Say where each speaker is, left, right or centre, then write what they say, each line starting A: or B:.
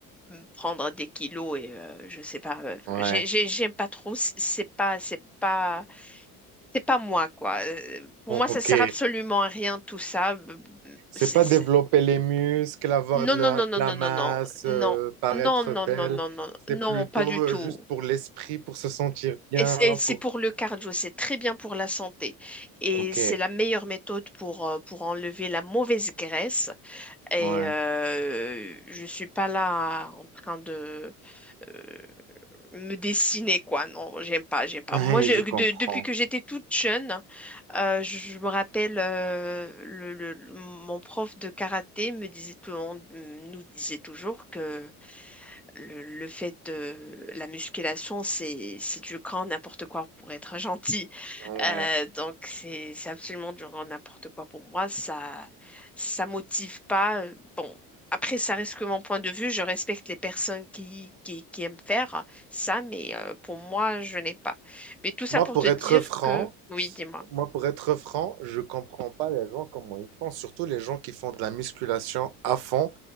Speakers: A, in the centre; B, on the right (about 55°).
A: euh, prendre des kilos et euh, je sais pas. euh,
B: Ouais.
A: j'ai- j'ai- j'aime pas trop. c- C'est pas, c'est pas, c'est pas moi, quoi. Euh, Pour
B: Ok.
A: moi, ça sert absolument à rien tout ça. B- b-
B: C'est
A: c'est-
B: pas
A: c'est-
B: développer les muscles, Avoir
A: Non,
B: de la,
A: non, non,
B: de
A: non,
B: la
A: non,
B: masse,
A: non, non,
B: euh, paraître
A: non, non, non,
B: belle,
A: non, non, non,
B: c'est
A: non,
B: plutôt
A: pas du tout.
B: euh, juste pour l'esprit, pour se sentir bien,
A: Et c- et c'est
B: pour...
A: pour le cardio, c'est très bien pour la santé et
B: Ok,
A: c'est la meilleure méthode pour, euh, pour enlever la mauvaise graisse. Et
B: ouais,
A: euh, je suis pas là en train de euh, me dessiner, quoi. Non, j'aime pas, j'aime pas.
B: <laughs>
A: Moi, je-
B: Je comprends.
A: de- depuis que j'étais toute jeune, euh, je, je me rappelle, euh, le, le- le- mon prof de karaté me disait tout- on- nous disait toujours que le, le fait de la musculation, c'est c'est du grand n'importe quoi pour être gentil.
B: ouais.
A: Euh, donc c'est c'est absolument du grand n'importe quoi pour moi. Ça ça motive pas. euh, Après, ça reste que mon point de vue. Je respecte les personnes qui qui, qui aiment faire ça, mais euh, pour moi, je n'ai pas. Mais tout ça
B: Moi,
A: pour
B: pour
A: te dire
B: être franc,
A: que oui, dis-moi.
B: Moi, pour être franc, je comprends pas les gens comment ils font, surtout les gens qui font de la musculation à fond